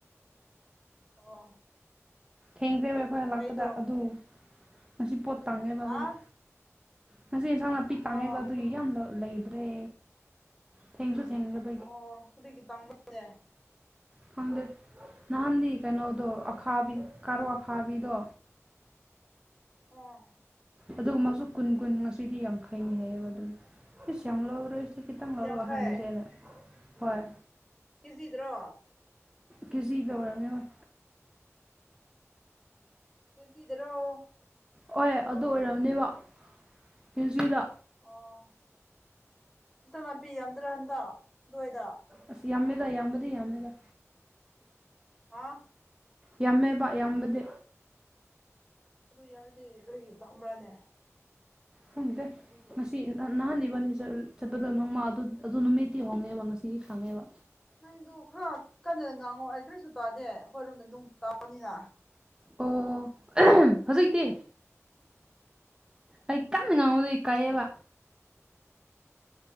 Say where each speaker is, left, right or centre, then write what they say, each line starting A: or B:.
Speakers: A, in the centre; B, on the right.
A: ꯑꯣ
B: ꯊꯦꯡꯗ꯭ꯔꯦꯕ ꯑꯩꯈꯣꯏ
A: ꯐꯩꯗꯣ
B: ꯂꯥꯛꯄꯗ ꯑꯗꯨ ꯉꯁꯤ ꯄꯣꯠ ꯇꯪꯉꯦꯕ
A: ꯍꯥ
B: ꯑꯗꯨꯒꯤ ꯉꯁꯤ ꯏꯟꯁꯥꯡ ꯅꯥꯄꯤ ꯇꯥꯡꯉꯦꯕ
A: ꯑꯣ
B: ꯑꯗꯨꯒꯤ ꯌꯥꯝ ꯂꯩꯗ꯭ꯔꯦ ꯊꯦꯡꯁꯨꯁꯨ ꯊꯦꯡ꯭ꯈꯔ
A: ꯑꯣ ꯀꯔꯤꯒꯤ ꯇꯥꯡꯕꯅꯦ
B: ꯈꯪꯗꯦ ꯅꯍꯥꯟꯗꯤ ꯀꯩꯅꯣꯗꯣ ꯑꯈꯥꯕꯤ ꯀꯥꯔꯣꯠ ꯑꯈꯥꯕꯤꯗꯣ
A: ꯑꫭ
B: ꯑꯗꯨꯒꯨꯝ ꯃꯥꯁꯨ ꯀꯨꯟ ꯀꯨꯟ ꯉꯁꯤꯗꯤ ꯌꯥꯡꯈꯩꯅꯤ ꯍꯥꯏꯑꯕ ꯑꯗꯨꯝ ꯏꯁꯁ ꯌꯥꯝ ꯂꯧꯔꯣꯏ ꯁꯤ ꯈꯤꯇꯪ ꯂꯧꯔꯒ
A: ꯌꯥꯡꯈꯩ
B: ꯍꯟꯗꯣꯏꯁꯦꯅꯦ ꯍꯣꯏ
A: ꯀꯦꯖꯤꯗ꯭ꯔꯣ
B: ꯀꯖꯤꯗ ꯑꫭꯔꯝꯅꯤꯑꫭꯏ
A: ꯀꯖꯤꯗꯔꯣ
B: ꯍꫭꯏ ꯑꯗꯨ ꯑꯣꯏꯔꯝꯅꯦꯕ ꯀꯦꯖꯤꯗꯥ
A: ꯑꯣ ꯏꯟꯖꯥꯡꯅꯥꯄꯤ ꯌꯥꯝꯗ꯭ꯔꯥ ꯍꯟꯗꯥꯛ ꯑꯗꯨꯋꯥꯏꯗ
B: ꯑꯁ ꯌꯥꯝꯃꯦꯗ ꯌꯥꯝꯕꯗꯤ ꯌꯥꯝꯃꯦꯗ
A: ꯍꯥꯎ
B: ꯌꯥꯝꯃꯦꯕ ꯌꯥꯝꯕꯗꯤ
A: ꯑꯗꯨ ꯌꯥꯔꯗꯤ ꯀꯔꯤꯒꯤ ꯇꯝꯕ꯭ꯔꯥꯅꯦ
B: ꯈꯪꯗꯦ ꯉꯁꯤ ꯅꯍꯥꯟ ꯏꯕꯅꯤ ꯆꯠꯄꯗꫭ ꯅꯣꯡꯃ ꯑꯗꯨ ꯅꯨꯃꯤꯠ ꯉꯁꯤ ꯍꯣꯡꯉꯦꯕ ꯉꯁꯤꯗꯤ ꯇꯥꯡꯉꯦꯕ
A: ꯅꯪꯗꯨ ꯈꯔ ꯀꯟꯅ ꯉꯥꯡꯉꯣ ꯑꯩ ꯀꯔꯤꯁꯨ ꯇꯥꯗꯦ ꯑꯩꯈꯣꯏꯔꯣꯝꯗ ꯅꫭꯡ ꯇꯥꯕꯅꯤꯅ
B: ꯑꯣ ꯍꯧꯖꯤꯛꯇꯤ ꯑꯩ ꯀꯟꯅ ꯉꯥꯡꯕꯗꯣ ꯏꯀꯥꯏꯌꯦꯕ